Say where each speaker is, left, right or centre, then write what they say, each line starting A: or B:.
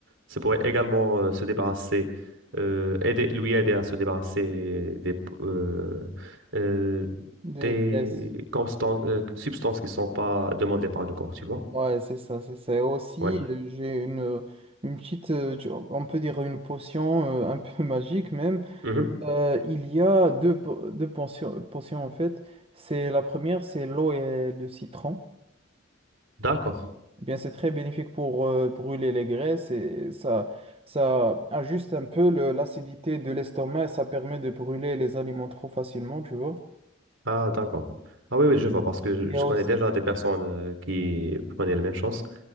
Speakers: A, on the right; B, on the right.
A: Ça pourrait également euh, se débarrasser, euh, aider, lui aider à se débarrasser des, euh, euh,
B: de
A: des
B: graisse.
A: constan- euh, substances qui ne sont pas demandées par le corps, tu vois?
B: Ouais, c'est ça, c'est ça. Et aussi,
A: Ouais.
B: euh, j'ai une, une petite, euh, tu- on peut dire une potion euh, un peu <laughs> magique même.
A: Mhm.
B: Euh, il y a deux, po- deux pensions, pensions, en fait. C'est la première, c'est l'eau et le citron.
A: D'accord.
B: Eh bien, c'est très bénéfique pour euh, brûler les graisses et ça, ça ajuste un peu le- l'acidité de l'estomac et ça permet de brûler les aliments trop facilement, tu vois.
A: Ah, d'accord. Ah oui, oui, je vois, parce que
B: Et
A: je, je
B: aussi,
A: connais déjà des personnes euh, qui prenaient la même chose